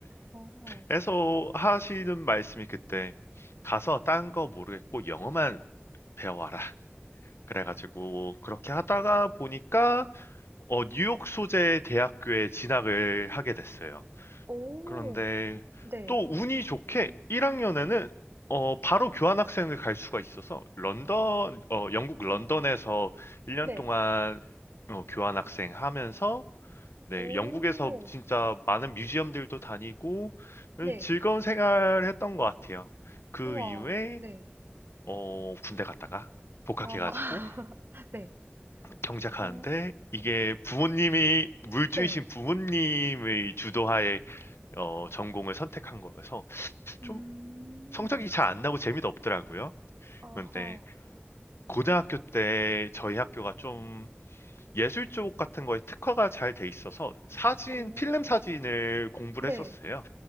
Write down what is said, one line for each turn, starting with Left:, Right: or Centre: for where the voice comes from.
Right: 오,
Left: 그래서 하시는 말씀이 그때 가서 딴 거 모르겠고 영어만 배워와라. 그래가지고 그렇게 하다가 보니까 어, 뉴욕 소재 대학교에 진학을 하게 됐어요.
Right: 오,
Left: 그런데
Right: 네.
Left: 또 운이 좋게 1학년에는 바로 교환학생을 갈 수가 있어서 런던, 어, 영국 런던에서
Right: 오,
Left: 1년
Right: 네.
Left: 동안 어, 교환학생 하면서 네,
Right: 오,
Left: 영국에서 진짜 많은 뮤지엄들도 다니고 어,
Right: 네.
Left: 즐거운 생활을 했던 것 같아요. 그
Right: 우와,
Left: 이후에
Right: 네.
Left: 어, 군대 갔다가 복학해가지고
Right: 아, <laughs> 네.
Left: 경작하는데
Right: 오,
Left: 이게 부모님이 물주이신
Right: 네.
Left: 부모님의 주도하에 어, 전공을 선택한 거여서 좀
Right: 음.
Left: 성적이 잘 안 나고 재미도 없더라고요.
Right: 아하.
Left: 근데 고등학교 때 저희 학교가 좀 예술 쪽 같은 거에 특화가 잘 돼 있어서 사진,
Right: 오.
Left: 필름 사진을 공부를
Right: 네.
Left: 했었어요.